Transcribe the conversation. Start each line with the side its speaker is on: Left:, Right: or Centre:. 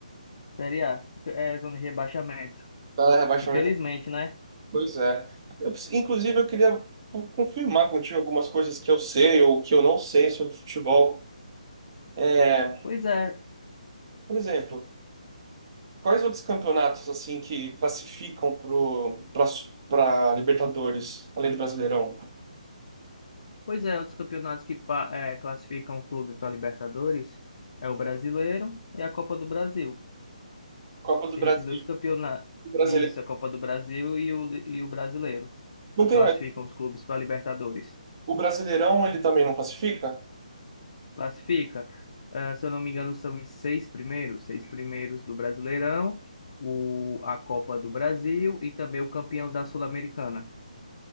Left: Série A, é, zona de rebaixamento.
Right: Tá na rebaixamento.
Left: Infelizmente, né?
Right: Pois é. Eu preci- inclusive, eu queria confirmar contigo algumas coisas que eu sei ou que eu não sei sobre futebol. É,
Left: Pois é,
Right: por exemplo. Quais outros campeonatos assim que classificam pro para Libertadores, além do Brasileirão?
Left: pois é, outros campeonatos que pa- é, classificam o clube para Libertadores é o Brasileiro e a Copa do Brasil.
Right: Copa do
Left: Esses
Right: Brasil,
Left: dois campeonatos,
Right: o Brasileirão.
Left: isso, a Copa do Brasil e o, e o Brasileiro,
Right: Não tem
Left: classificam
Right: mais.
Left: os clubes para Libertadores.
Right: O Brasileirão ele também não classifica?
Left: Classifica, ah, se eu não me engano, são os seis primeiros, seis primeiros do Brasileirão, o, a Copa do Brasil e também o campeão da Sul-Americana.